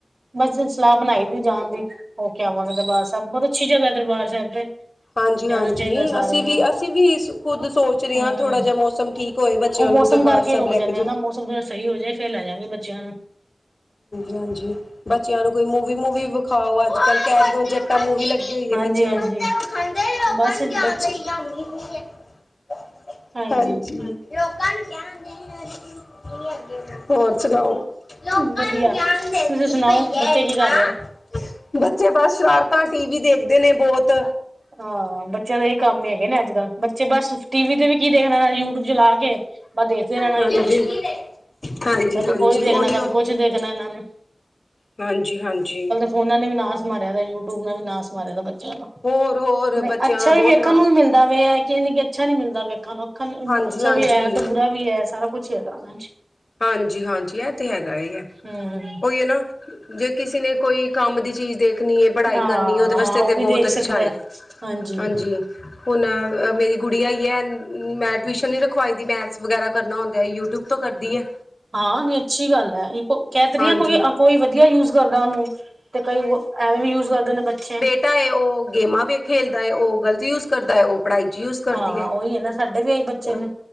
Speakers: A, on the right (about 60°); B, on the left (about 55°).
A: ਅੰਬਰਸਰ ਸਲਾਹ ਬਣਾਈ ਦੀ ਜਾਣ ਦੀ ਹੋ ਕੇ ਆਵਾਂਗੇ ਦਰਬਾਰ ਸਾਹਿਬ ਬਹੁਤ ਅੱਛੀ ਜਗਾ ਹੈ ਦਰਬਾਰ ਸਾਹਿਬ ਤੇ
B: ਹਾਂਜੀ-ਹਾਂਜੀ
A: ਜਾਣਾ ਚਾਹੀਦਾ ਸਾਰਿਆਂ
B: ਅਸੀਂ ਵੀ
A: ਨੂੰ
B: ਅਸੀਂ ਵੀ ਖੁਦ ਸੋਚ ਰਹੇ
A: ਹੂੰ।
B: ਹਾਂ ਥੋੜ੍ਹਾ ਜਿਹਾ ਮੌਸਮ ਠੀਕ ਕੋਏ ਬੱਚਿਆਂ
A: ਉਹ ਮੌਸਮ
B: ਨੂੰ ਦਰਬਾਰ
A: ਕਰਕੇ
B: ਸਾਹਿਬ
A: ਰੁਕ
B: ਲੈਕੇ
A: ਜਾਂਦੇ
B: ਜ
A: ਆ ਨਾ ਮੌਸਮ ਥੋੜਾ ਸਹੀ ਹੋ ਜਾਏ ਫੇਰ ਲੈ ਜਾਗੇ ਬੱਚਿਆਂ ਨੂੰ
B: ਹਾਂਜੀ ਬੱਚਿਆਂ ਨੂੰ ਕੋਈ ਮੂਵੀ ਮੂਵੀ ਵਿਖਾਓ <inaudible> ਅੱਜ ਕੱਲ ਕਹਿ ਰਹੇ ਹੋ ਜੱਟਾਂ ਮੂਵੀ ਲੱਗੀ। <unintelligible>
A: ਹਾਂਜੀ-ਹਾਂਜੀ। ਬਸ
B: <unintelligible>
A: ਹਾਂਜੀ
B: ਲੋਕਾਂ
A: ਵਧੀਆ
B: ਨੂੰ ਗਿਆਨ ਦਿੰਦੀ
A: ਤੁਸੀਂ ਸੁਣਾਓ
B: ਪਈ ਹੈ
A: ਬੱਚੇ
B: ਰੀਨਾ।
A: ਕੀ ਕਰ ਰਹੇ।
B: ਬੱਚੇ ਬਸ ਸ਼ਰਾਰਤਾਂ ਟੀ ਵੀ ਦੇਖਦੇ ਨੇ ਬਹੁਤ
A: ਹਾਂ ਬੱਚਿਆਂ ਦਾ ਇਹ ਕੰਮ ਹੀ ਹੈਗੇ ਨੇ ਅੱਜ ਕੱਲ ਬੱਚੇ ਬਸ ਟੀ ਵੀ ਤੇ ਵੀ ਕੀ ਦੇਖਣਾ ਯੂ ਯੂਟਿਊਬ ਚਲਾ ਕੇ ਬਸ ਦੇਖਦੇ ਰਹਿਣਾ
B: ਹਾਂਜੀ
A: ਹੀ ਕੁਛ,
B: ਹਾਂਜੀ
A: ਕਦੇ
B: ਹਾਂਜੀ
A: ਕੋਈ ਦੇਖਣਾ
B: ਉਹੀਓ
A: ਕਦੇ ਕੁਛ ਦੇਖਣਾ ਐਨਾ ਨੇ
B: ਹਾਂਜੀ, ਹਾਂਜੀ
A: ਫੋਨਾ ਨੇ ਵੀ ਨਾਸ ਮਾਰਿਆ ਦਾ ਯੂਟਿਊਬ ਨਾਲ ਵੀ ਨਾਸ ਮਾਰਿਆ ਦਾ ਬੱਚਿਆਂ ਦਾ
B: ਹੋਰ- ਹੋਰ
A: ਨਈ
B: ਬੱਚਿਆਂ
A: ਅੱਛਾ
B: ਦਾ
A: ਵੀ
B: ਬਹੁਤ
A: ਵੇਖਣ
B: ਨਾ
A: ਨੂੰ ਵੀ ਮਿਲਦਾ ਕਿ ਇਹ ਨੀ ਕਿ ਅੱਛਾ ਨੀ ਮਿਲਦਾ ਵੇਖਣ ਨੂੰ ਅੱਖਾਂ
B: ਹਾਂਜੀ
A: ਅੱਛਾ
B: ਹਾਂਜੀ
A: ਵੀ ਹੈ ਤੇ ਬੁਰਾ ਵੀ ਵੀ ਹੈ ਸਾਰਾ ਕੁਛ ਹੈਗਾ ਉਹਨਾਂ ਚ
B: ਹਾਂਜੀ, ਹਾਂਜੀ ਇਹ ਤੇ ਹੈਗਾ ਹੈ
A: ਹਮ
B: ਉਹੀ ਹੈ ਨਾ ਜੇ ਕਿਸੇ ਨੇ ਕੋਈ ਕੰਮ ਦੀ ਚੀਜ਼ ਦੇਖਣੀ ਏ, ਪੜ੍ਹਾਈ
A: ਹਾਂ
B: ਕਰਨੀ ਏ ਉਹਦੇ ਵਾਸਤੇ
A: ਹਾਂ ਉਹ
B: ਤੇ
A: ਵੀ ਦੇਖ
B: ਬਹੁਤ ਅੱਛਾ
A: ਸਕਦਾ
B: ਹੈ।
A: ਹਾਂਜੀ
B: ਹਾਂਜੀ, ਹੁਣ ਮੇਰੀ ਗੁੜੀਆ ਐ ਮੈਂ ਟਿਊਸ਼ਨ ਨਹੀਂ ਰਖਵਾਈ ਦੀ ਮੈਥਸ ਵਗੈਰਾ ਕਰਨਾ ਹੁੰਦਾ ਯੂਟੀਿਊਬ ਤੋਂ ਕਰਦੀ ਹੈ।
A: ਹਾਂ ਨੀ ਅੱਛੀ ਗੱਲ ਹੈ। ਕਹਿ ਤੇ
B: ਹਾਂਜੀ
A: ਰਈਆ ਕੋਈ, ਕੋਈ ਵਧੀਆ ਯੂਜ ਕਰਦਾ ਉਹਨੂੰ ਤੇ ਕਈ ਐਵੇਂ ਵੀ ਯੂਜ ਕਰਦੇ ਨੇ ਬੱਚੇ
B: ਟਾਏ ਉਹ ਗੇਮਾਂ ਵੀ ਖੇਲਦਾ ਹੈ। ਉਹ ਗ਼ਲਤ ਯੂਜ ਕਰਦਾ ਹੈ ਉਹ ਪੜ੍ਹਾਈ ਚ ਯੂਜ ਕਰਦੀ
A: ਹਾਂ
B: ਹੈ
A: ਉਹੀ ਨਾ ਸਾਡੇ ਵੀ ਆਈ ਬੱਚੇ
B: ਉਹ
A: ਨੇ